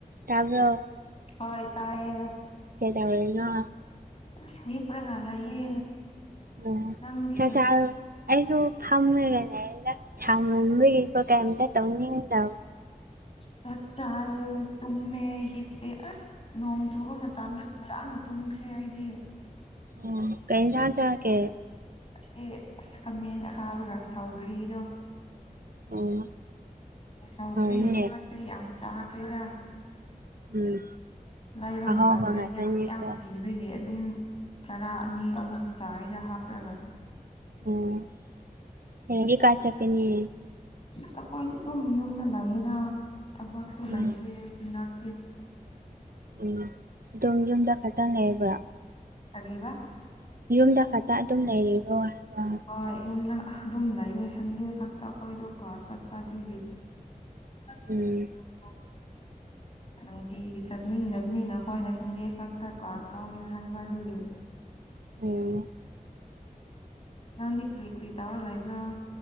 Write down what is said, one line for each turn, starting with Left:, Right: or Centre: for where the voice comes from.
Right: ꯇꯕ꯭ꯔꯣ
Left: ꯍꯣꯏ ꯇꯥꯏꯌꯦ
Right: ꯀꯩꯗꯧꯔꯤꯅꯣ
Left: ꯑꯁ ꯂꯦꯞꯔꯒ ꯂꯩꯌꯦ
Right: ꯑꯣ
Left: ꯅꯪꯗꯤ
Right: ꯆꯥꯛ ꯆꯥ ꯑꯩꯗꯣ ꯐꯝꯔꯒ ꯂꯩꯗ ꯁꯥꯃꯟꯕꯒꯤꯀꯣ ꯀꯩꯝꯇ ꯇꯧꯅꯤꯡꯗꯕ
Left: ꯆꯥꯛ ꯆꯥꯑꯦ ꯇꯨꯝꯃꯦ ꯍꯤꯄꯦ ꯑꯁ ꯅꯣꯡ ꯆꯨꯕ ꯃꯇꯝꯗ ꯐꯖꯅ ꯇꯨꯝꯈ꯭ꯔꯦ ꯑꯩꯗꯤ
Right: ꯑꯣ ꯀꯩ ꯏꯟꯖꯥꯡ ꯆꯥꯒꯦ
Left: ꯉꯁꯤ ꯑꯁ ꯈꯥꯃꯦꯟ ꯑꯈꯥꯕꯒ ꯁꯥꯎꯒ꯭ꯔꯤꯗꯣ
Right: ꯑꯣ
Left: ꯁꯧꯒ꯭ꯔꯤ
Right: ꯍꯥꯎꯋꯤꯅꯦ
Left: ꯍꯟꯗꯛꯁꯦ ꯌꯥꯝ ꯆꯥꯈ꯭ꯔꯦꯗ
Right: ꯎꯝ
Left: ꯂꯩꯕ
Right: ꯑꯍꯥꯎꯕ
Left: ꯃꯇꯝꯗ
Right: ꯉꯥꯛꯇꯅꯤꯀꯣ
Left: ꯌꯥꯝ ꯌꯥꯝ ꯂꯩ ꯑꯗꯨꯒꯤ ꯑꯗꯨꯝ ꯆꯔꯥ ꯑꯅꯤ ꯑꯍꯨꯝ ꯆꯥꯢꯗ ꯍꯥꯞꯔꯒ
Right: ꯑꯣ ꯍꯌꯦꯡꯗꯤ ꯀꯥꯢ ꯆꯠꯀꯅꯤ
Left: ꯑꯁ ꯑꯩꯈꯣꯏꯗꯤ ꯑꯗꯨꯝ ꯌꯨꯝꯗ ꯂꯩꯌꯦꯔ ꯊꯕꯛꯁꯨ
Right: ꯎꯝ
Left: ꯂꯩꯇꯦ ꯅꯠꯇꯦ
Right: ꯎꯝ ꯑꯗꯨꯝ ꯌꯨꯝꯗ ꯐꯖꯅ ꯂꯩꯕ
Left: ꯀꯔꯤꯕ
Right: ꯌꯨꯝꯗ ꯐꯖꯅ ꯑꯗꯨꯝ ꯂꯩꯔꯤꯔꯣ ꯍꯥꯏꯕ
Left: ꯍꯣꯏ ꯌꯨꯝꯗ ꯑꯗꯨꯝ ꯂꯩꯅꯦ ꯁꯟꯗꯦ ꯈꯛꯇ ꯑꯩꯈꯣꯏꯗꯣ ꯀ꯭ꯂꯥꯁ ꯆꯠꯄ ꯑꯗꯨꯒꯤ <inaudible>
Right: ꯎꯝ
Left: ꯅꯨꯡꯇꯤꯒꯤ ꯆꯠꯅꯤꯡꯗꯕꯅꯤꯅ ꯑꯈꯣꯏꯅ ꯁꯟꯗꯦ ꯈꯛꯇ ꯀ꯭ꯂꯥꯁ ꯂꯧꯒꯦ ꯍꯥꯏꯕ ꯑꯗꯨꯒꯤ
Right: ꯎꯝ
Left: ꯅꯪꯗꯤ ꯀ꯭ꯔꯤ ꯀ꯭ꯔꯤ ꯇꯧꯔ ꯂꯩꯕ꯭ꯔꯣ